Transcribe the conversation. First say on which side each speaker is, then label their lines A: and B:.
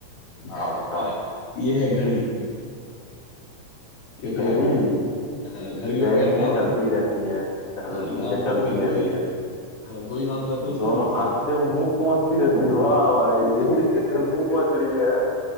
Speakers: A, on the left; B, on the left.
A: हाँ
B: <laughs>
A: बताओ
B: आ, ये है घड़ी क्योंकि
A: घड़ी
B: हाँ घड़ी
A: ट्रेन
B: में पैर
A: नहीं
B: कहाँ
A: है
B: होता
A: चलती
B: है?
A: रहती है चलो
B: हाँ
A: ठीक
B: लेकिन आमतौर
A: है चलती
B: पे दो
A: रहती
B: ही
A: है
B: हाँ दो ही हाथ रहते हैं उसके
A: दोनों
B: जिससे
A: हाथ से मुंह पहुंचती रहती है वाह भाई
B: <laughs>
A: <laughs> मुंह पहुंच रही है